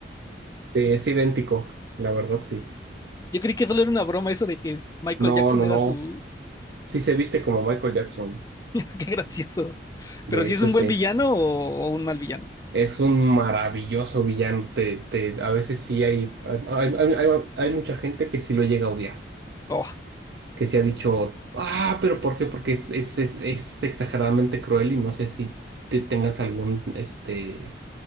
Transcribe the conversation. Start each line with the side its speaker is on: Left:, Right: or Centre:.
Right: Sí, es idéntico, la verdad, sí.
Left: Yo creí que solo era una broma eso de que Michael
Right: No,
Left: Jackson
Right: no,
Left: era
Right: no.
Left: su...
Right: Sí se viste como Michael Jackson,
Left: <laughs> Qué gracioso.
Right: de
Left: Pero si
Right: hecho,
Left: es un
Right: sí.
Left: buen villano o, o un mal villano.
Right: Es un maravilloso villano. Te, te, a veces sí hay, hay, hay hay- hay mucha gente que sí lo llega a odiar.
Left: Oh,
Right: que se ha dicho, ah, pero ¿por qué? Porque es, es, es, es exageradamente cruel y no sé si te tengas algún este,